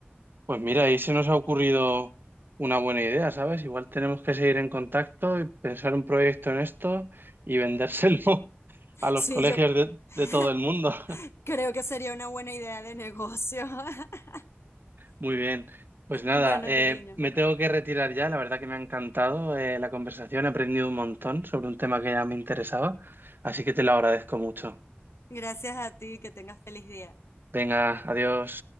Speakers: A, on the right; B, on the left.
A: Pues mira, ahí se nos ha ocurrido una buena idea, ¿sabes? Igual tenemos que seguir en contacto y pensar un proyecto en esto y vendérselo <laughs> a los
B: Sí,
A: colegios
B: yo
A: de,
B: <laughs>
A: de todo el mundo. <laughs>
B: creo que sería una buena idea de negocio. <laughs>
A: Muy bien, pues nada,
B: Bueno,
A: eh,
B: cariño,
A: me tengo que retirar ya. La verdad que me ha encantado eh, la conversación, he aprendido un montón sobre un tema que ya me interesaba, así que te lo agradezco mucho.
B: gracias a ti, que tengas feliz día.
A: Venga, adiós.